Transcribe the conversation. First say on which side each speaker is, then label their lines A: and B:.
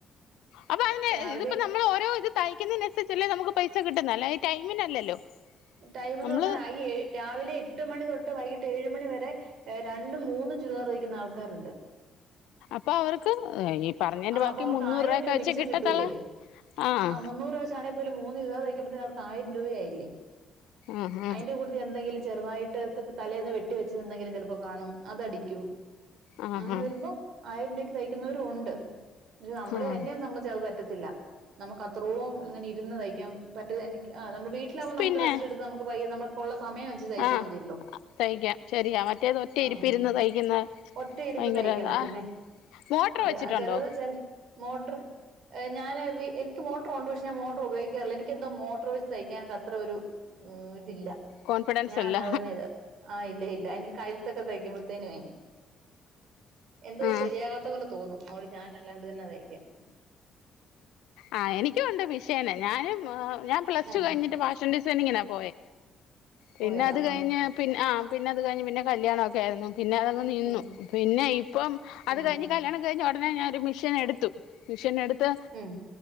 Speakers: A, on the left (about 90°); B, on the right (about 70°).
A: അപ്പൊ അതിനെ
B: രാവിലെ
A: ഇതിപ്പോ നമ്മൾ ഓരോ ഇത് തയ്ക്കുന്നതിനനുസരിച്ചല്ലേ നമുക്ക് പൈസ കിട്ടുന്നെ അല്ലാതെ ടൈമിനല്ലല്ലോ
B: ടൈമന്ന്
A: നമ്മള്
B: പറഞ്ഞ <unintelligible> രാവിലെ എട്ട് മണി തൊ <unintelligible> വൈകിട്ട് ഏഴ് മണിവരെ രണ്ടും മൂന്നും ചുരിദാർ തയ്ക്കുന്ന ആൾക്കാര് ഒണ്ട്
A: ഇപ്പ അവർക്ക് <unintelligible>
B: ആ
A: ബാക്കി
B: അപ്പോവർക്ക്
A: മുന്നൂറ്
B: ആയിരംരൂപ
A: രൂപയൊക്കെ വെച്ചേ
B: മിച്ചം
A: കിട്ടത്തുള്ളൂ
B: കിട്ടൂല്ലേ
A: ആഹ്
B: ആ മുന്നൂറ് രൂപ വെച്ചാണേപോലും മൂന്ന് ചുരിദാർ തയ്ക്കുമ്പത്തേന് അവർക്ക് ആയിരം രൂപയായില്ലേ
A: ആഹ്
B: അയിന്റ കൂട്ടത്തിൽ എന്തെങ്കിലും ചെറുതായിട്ട് <unintelligible> തലേന്ന് വെട്ടി വെച്ചിരിന്നെന്തെങ്കിലും ചെലപ്പോ കാണും അതടിക്കും
A: ആഹ്
B: അങ്ങനെ
A: ആഹ്
B: വരുമ്പോ ആയിരം രൂ തയ്ക്കുന്നവരും ഒണ്ട് <unintelligible> നമ്മളെ
A: ആഹ്
B: എന്നെയത് സംബധിച്ചത് അത് പറ്റത് <unintelligible> നമുക്ക് അ ത്രോം അങ്ങനെ ഇരുന്ന് തയ്ക്കാൻ പറ്റില്ല എനിക്ക് ആ നമ്മള് വീട്ടിലാവുമ്പ നമ്മക്ക്
A: പിന്നെ
B: റസ്റ്റ്‌ എടുക്കാം നമ്മ <unintelligible> നമ്മക്കൊള്ള സ് സമയം അനുസരിച്ച് തയ്ച്ചാ
A: ആഹ്
B: മതിയല്ലോ
A: തയ്ക്കാം ശരിയാ മറ്റേത് ഒറ്റ
B: ആഹ്
A: ഇരിപ്പിരുന്ന് തയ്ക്കുന്ന
B: ഒറ്റ ഇരിപ്പ്
A: ഭയങ്കര
B: തയ്ക്കണം
A: ഇതാ ആഹ്
B: പിന്നെ
A: മോട്ടർ
B: അതെ
A: വെച്ചിട്ടുണ്ടോ
B: ചെലത് ചെല മോട്ടറ് ഹ് ഞാന് വി എനിക്ക് മോട്ടറ് ഒണ്ട് പക്ഷെ ഞാൻ മോട്ടറ് ഉപയോഗിക്കാറില്ല എനിക്ക് എന്തോ മോട്ടറ് വെച്ച് തയ്ക്കാൻ ത അത്ര ഒരു ഉം ഇതില്ല
A: കോൺഫിഡൻസ്
B: ഞാൻ
A: ഇല്ല
B: അല്ലാതെ തന്നെ ഇത് ആഹ് ഇല്ല ഇല്ല എനിക്ക് കഴ്ത്ത് ക്ക സയ്ക്കുമ്പോത്തേനുവേ എന്തോ
A: ആഹ്
B: ശെരിയാകാത്ത പോലെ തോന്നും അവിടെ ഞാൻ അല്ലാണ്ട് തന്നെ തയ്ക്കാം
A: ആ എനിക്കും ഒണ്ട് മിഷ്യന് ഞാനും ആ ഞാൻ പ്ലസ്ടു
B: ആഹ്
A: കഴിഞ്ഞിട്ട് ഫാഷൻ ഡി ഡിസൈനിങ്ങിന പോയെ പിന്ന
B: പോയതാ
A: അത് കഴിഞ്ഞ്
B: ആഹ്
A: പിന്ന ആ പിന്നത് കഴിഞ്ഞ് പിന്ന കല്യാണം ഒക്കെയാരുന്നു പിന്ന അതങ്ങ് നിന്നു
B: ഉം
A: പിന്ന ഇപ്പം അത്
B: ഉം
A: കഴിഞ്ഞ് കല്യാണം കഴിഞ്ഞ് ഒ <unintelligible> ഞാൻ ഒരു മിഷ്യൻ എടുത്തു മിഷ്യൻ എടുത്തു ത്ത്
B: ഉം